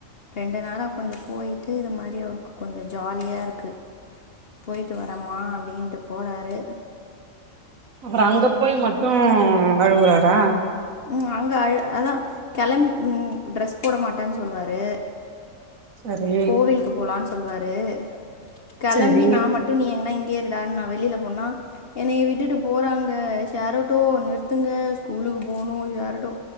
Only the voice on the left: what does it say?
ரெண்டு நாளா கொஞ்சம் போய்டிட்டு இது மாரி அவருக்கு கொஞ்சம் ஜாலியாக இருக்கு போயிட்டு வரமா அப்டின்ட்டு போறாரு
உம் அங்க அ அதான் கிளம்ப ட்ரெஸ் போட மாட்டேன்னு சொல்லுவாரு
கோவிலுக்கு போலான்னு சொல்லுவாரு கெளம்பி
நான் மட்டும் நீ எங்னா இங்கேய இருடான் நா வெளியில போனா என்னைய விட்டுட்டு போறாங்க ஷேரோட்டோ நிறுத்துங்க ஸ்கூலுக்கு போனும் யாரட்டோ